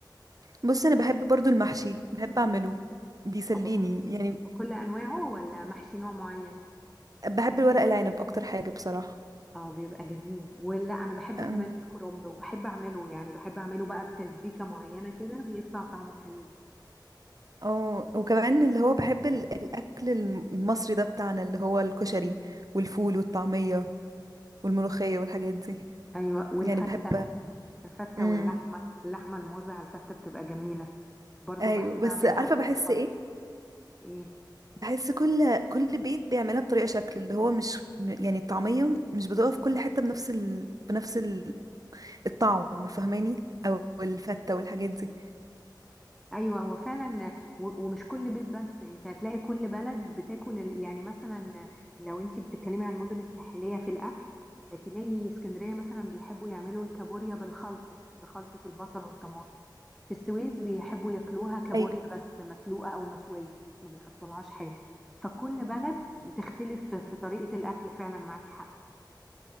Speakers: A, on the right; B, in the centre.
A: بص انا بحب برضو المحشي بحب اعمله بيسليني
B: أو بك-
A: يعني
B: بكل انواعه ولا محشي نوع معين
A: بحب الورق العنب اكتر حاجة بصراحة
B: اه بيبقى جميل ولا انا بحب
A: أم،
B: كمان الكرنب وبحب اعمله يعني بحب اعمله بقى بتسبيكة معينة كده بيطلع طعمه حلو جدا
A: اه وكمان اللي هو بحب ال- الاكل الم- المصري ده بتاعنا اللي هو الكشري والفول والطعمية والملوخية والحاجات دي
B: ايوه والفتة
A: يعني بحب
B: الفتة
A: امم
B: واللحمة اللحمة الموزة على الفتة بتبقى جميلة برضو
A: ايوه
B: بحب
A: بس
B: اعملها
A: عارفة بحس
B: بالمخلط
A: ايه
B: ايه
A: بحس كل كل بيت بيعملها بطريقة شكل اللي هو مش م- يعني الطعمية مش بتقف في كل حتة بنفس ال... بنفس الطعم فاهماني او الفتة والحاجات دي
B: ايوه هو فعلا و- ومش كل بيت بس انت هتلاقي كل بلد بتاكل ال- يعني مثلا لو انت بتتكلمي عن المدن الساحليه في الاكل تلاقي اسكندريه مثلا بيحبوا يعملوا الكابوريا بالخلطه بخلطه البصل والطماطم في السويس بيحبوا ياكلوها كابوريا
A: ايوه
B: بس مسلوقه او مشويه ما بيحطولهاش حاجه فكل بلد بتختلف في طريقه الاكل فعلا معاكي حق